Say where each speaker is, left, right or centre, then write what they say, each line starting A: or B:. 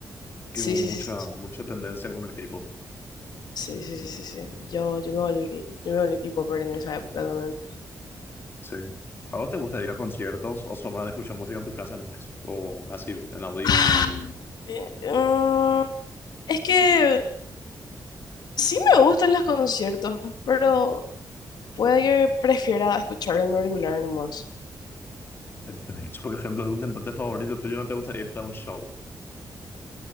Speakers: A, on the left (about 30°); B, on the left (about 75°).
A: que
B: sí,
A: hubo
B: sí,
A: mucha,
B: sí,
A: mucha tendencia con el K-pop.
B: sí, sí, sí, sí, sí, sí. Yo, yo me volví, yo me volví K-popper en esa época también.
A: Sí. ¿A vos te gusta ir a conciertos o son más de escuchar música en tu casa nomás? O así en audífonos
B: Ah,
A: y eso.
B: eh, mm, es que sí me gustan los conciertos, pero Puede que prefiera escucharlo en el auricular nomás.
A: Entendés. Por ejemplo, de un cantante favorito tuyo no te gustaría irte a un show.